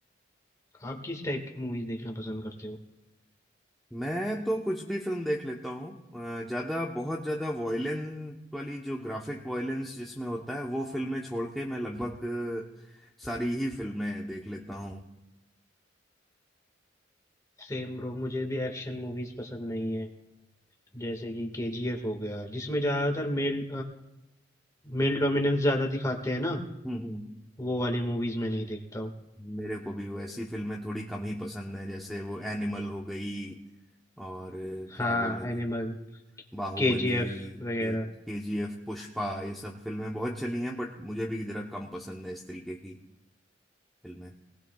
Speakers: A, on the left; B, in the centre.
A: आप किस टाइप की मूवीज देखना पसंद करते हो
B: मैं तो कुछ भी फिल्म देख लेता हूँ अ, ज्यादा बहुत ज्यादा वॉयलेंस वाली जो ग्राफिक वॉयलेंस जिसमें होता है वो फिल्में छोड़ के मैं लगभग अ, सारी ही फिल्में देख लेता हूँ
A: सेम ब्रो मुझे भी एक्शन मूवीज पसंद नहीं है जैसे कि केजीएफ हो गया जिसमें ज्यादातर मेल मेल डोमिनेंस ज्यादा दिखाते हैं ना
B: हम्म हम्म
A: वो वाली मूवीज मैं नहीं देखता हूँ
B: मेरे को भी वैसी फिल्में थोड़ी कम ही पसंद है जैसे वो एनिमल हो गई और
A: हाँ
B: क्या बोलेंगे
A: एनिमल
B: बाहुबली
A: केजीएफ वगैरह
B: के केजीएफ पुष्पा ये सब फिल्में बहुत चली हैं बट मुझे भी जरा कम पसंद है इस तरीके की फिल्में